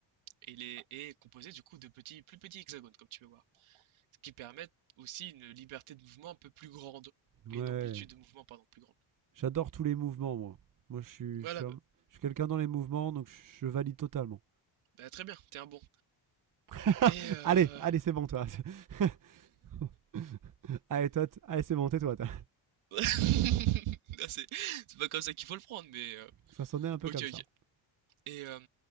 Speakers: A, on the right; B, on the right.
A: il est, est composé du coup de petits plus petits hexagones comme tu peux voir, ce qui permet aussi une liberté de mouvement un peu plus grande
B: Ouais,
A: et une amplitude de mouvement pardon plus grande.
B: j'adore tous les mouvements, moi. Moi, je suis,
A: Voilà,
B: je suis,
A: bah,
B: un- je suis quelqu'un dans les mouvements, donc je valide totalement.
A: bah, très bien, t'es un bon.
B: <laughs>
A: Et euh...
B: allez, allez, c'est bon, toi. <laughs> <laughs> allez, toi, t- allez, c'est bon, tais-toi. toi.
A: <laughs> Ah, c'est c'est pas comme ça qu'il faut le prendre, mais euh,
B: Ça sonnait un peu
A: ok
B: comme
A: ok.
B: ça.
A: Et euh,